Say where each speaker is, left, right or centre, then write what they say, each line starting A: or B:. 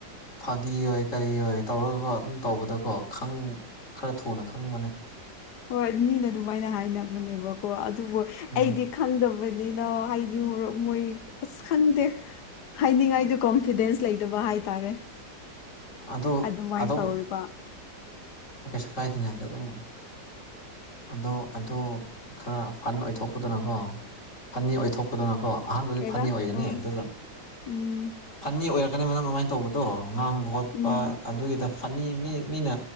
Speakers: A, on the left; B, on the left.
A: ꯐꯥꯒꯤ ꯑꯣꯏ ꯀꯔꯤ ꯑꯣꯏ ꯇꯧꯔꯒꯒ ꯑꯗꯨꯝ ꯇꯧꯕꯗꯀꯣ ꯈꯔ ꯊꯨꯅ ꯈꯪꯕꯅꯦ
B: ꯍꯣꯏ ꯃꯤꯅ ꯑꯗꯨꯃꯥꯏꯅ ꯍꯥꯏꯅꯕꯅꯦꯕꯀꯣ ꯑꯗꯨꯕꯨ
A: ꯎꯝ
B: ꯑꯩꯗꯤ ꯈꯪꯗꯕ ꯕꯅꯤꯅ ꯑꯩꯗꯤ ꯍꯣꯔꯣꯛ ꯃꯣꯏ ꯑꯁ ꯈꯪꯗꯦ ꯍꯥꯏꯅꯤꯡꯉꯥꯏꯗꯨ ꯀꯣꯟꯐꯤꯗꯦꯟꯁ ꯂꯩꯇꯕ ꯍꯥꯏꯇꯥꯔꯦ
A: ꯑꯗꯨ
B: ꯑꯗꯨꯃꯥꯏꯅ
A: ꯑꯗꯨꯝ
B: ꯇꯧꯔꯤꯕ
A: ꯀꯩꯁꯨ ꯀꯥꯏꯗꯅ ꯍꯥꯏꯗ ꯑꯗꯨꯝ ꯑꯗꯣ ꯑꯗꯨ ꯈꯔ ꯐꯟ ꯑꯣꯏꯊꯣꯛꯄꯗꯅꯀꯣ ꯐꯟꯅꯤ ꯑꯣꯏꯊꯣꯛꯄꯗꯅꯀꯣ ꯑꯍꯥꯟꯕꯗꯤ
B: ꯀꯩꯕ
A: ꯐꯅꯤ ꯑꯣꯏꯒꯅꯤ
B: ꯎꯝ
A: ꯑꯗꯨꯒ
B: ꯎꯝ
A: ꯐꯅꯤ ꯑꯣꯏꯔꯛꯀꯅꯤ ꯃꯪ ꯑꯗꯨꯃꯥꯏꯅ ꯇꯧꯕꯗꯣ ꯉꯥꯡꯕ ꯈꯣꯠꯄ
B: ꯎꯝ
A: ꯑꯗꯨꯒꯤꯗ ꯐꯅꯤ ꯃꯤ ꯃꯤꯅ